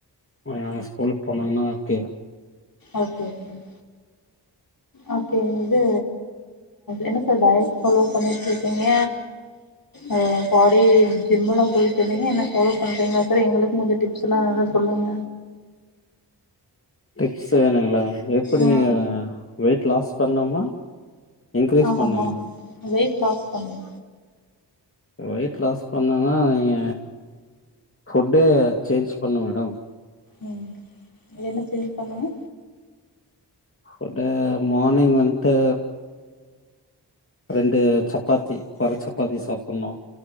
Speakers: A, on the left; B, on the left.
A: மதியாணோ ஸ்கூல்க்கு போனோனா தேட்
B: ஓகே ஓகேங் ஓகே இது என்ன சர் டயட் பாலோ பண்ணிட் இருக்கீங்க ஓ பாடி ஜிம் எல்லா போய்ட்டு இருந்தீங்க என்ன ஃபாலோ பண்றீங்ளா சர் எங்களுக்கு கொஞ்சோ டிப்ஸ் எல்லா சொல்லுங்க
A: டிப்ஸ் வேணுங்ளா எப்டி
B: ம்
A: நீங்க வெயிட் லாஸ் பண்ணுமா இன்க்ரீஸ்
B: ஆமமா
A: பண்ணுங்களா
B: வெயிட் லாஸ் பண்ணி
A: வெயிட் லாஸ் பண்ணேன்னா நீங்க ஃபுட்டு சேஞ்ச் பண்ணு மேடம்
B: ம் என்ன சேஞ்ச் பண்ணனு
A: ஃபுட்டு மார்னிங் வந்ட்டு ரெண்டு சப்பாத்தி ஒரு சப்பாத்தி சாப்புட்ணு